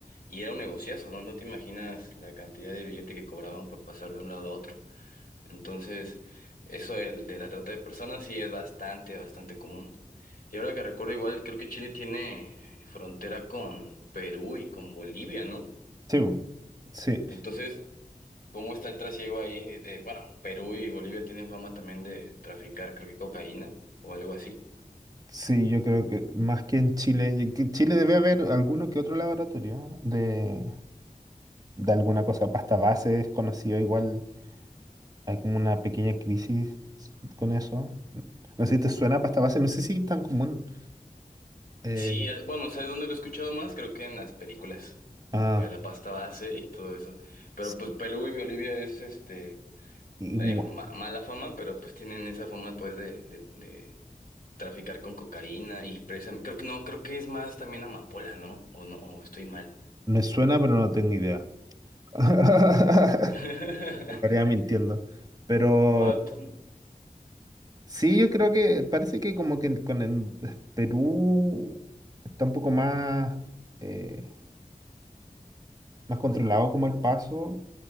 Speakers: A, on the left; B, on the right.
A: Y era un negociazo, ¿no? No te imaginas la cantidad de billete que cobraban por pasar de un lado a otro. Entonces, eso del- de, la trata de personas sí es bastante, bastante común. Y ahora que recuerdo, igual creo que Chile tiene eh, frontera con Perú y con Bolivia, ¿no?
B: Sí, sí.
A: Entonces, ¿cómo está el trasiego ahí? Eh, bueno, Perú y Bolivia tienen fama también de traficar, creo que cocaína o algo así.
B: Sí, yo creo que más que en Chile, y que en Chile debe haber alguno que otro laboratorio de, de alguna cosa, pasta base es conocido, igual hay como una pequeña crisis con eso. No sé si te suena pasta base, no sé si es tan común. Eh,
A: Sí, a- bueno, ¿sabes dónde lo he escuchado más? Creo que en las películas.
B: ah,
A: Lo de la pasta base y todo eso. Pero
B: sí,
A: pues Perú y Bolivia es este
B: igua-
A: eh, ma- mala fama, pero pues tienen esa fama pues de, de, de traficar con cocaína y presa. Creo que no, creo que es más también amapola, ¿no? O no, o estoy mal.
B: me suena, pero no tengo idea. <laughs>
A: <laughs>
B: Estaría mintiendo. Pero,
A: Bueno, t-
B: Sí, yo creo que parece que como que con el eh, Perú está un poco más, eh, más controlado como el paso,